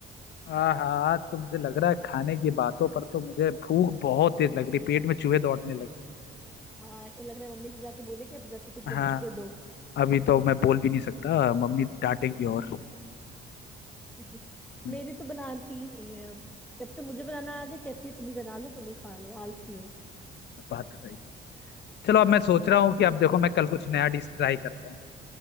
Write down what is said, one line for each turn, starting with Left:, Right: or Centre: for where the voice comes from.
Left: हाँ हाँ तो मुझे लग रहा है खाने की बातों पर तो मुझे भूख बहुत तेज लग रही पेट में चूहे दौड़ने लगे
Centre: हाँ ऐसा लग रहा है मम्मी से जाके बोले कि अब जाके कुछ
Left: हाँ
Centre: बना के दो
Left: अभी तो मैं बोल भी नहीं सकता मम्मी डांटेंगी और
Centre: <laughs>
Left: हम्म,
Centre: मेरी तो बनाती ही नहीं है अब जब से मुझे बनाना आ गया कहती है तुम ही बना लो तुम ही खा लो आलसी हो
Left: बात तो सही चलो अब मैं सोच रहा हूँ
Centre: <laughs>
Left: कि अब देखो मैं कल कुछ नया डिश ट्राई करता हूँ